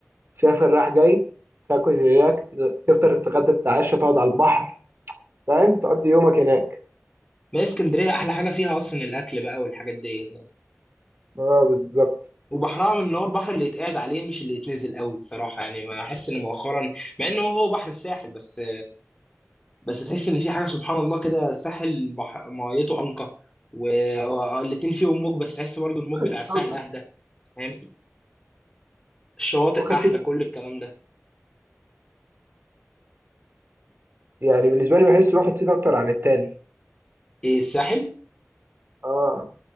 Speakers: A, on the right; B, on the left.
A: تسافر رايح جاي تاكل هناك تفطر تتغدى تتعشى تقعد على البحر فاهم تقضي يومك هناك
B: ما هي اسكندريه احلى حاجه فيها اصلا الاكل بقى والحاجات دي
A: اه بالظبط
B: وبحرها ان هو البحر اللي يتقعد عليه مش اللي يتنزل قوي الصراحه يعني ما احس ان مؤخرا مع انه هو بحر الساحل بس بس تحس ان في حاجه سبحان الله كده الساحل بحر ميته انقى والاتنين فيهم موج بس تحس برضو الموج بتاع
A: أكتر.
B: الساحل اهدى فاهم الشواطئ
A: واخد
B: احلى
A: سيت
B: كل الكلام ده
A: يعني بالنسبه لي بحس واخد سيت اكتر عن التاني
B: ايه الساحل
A: اه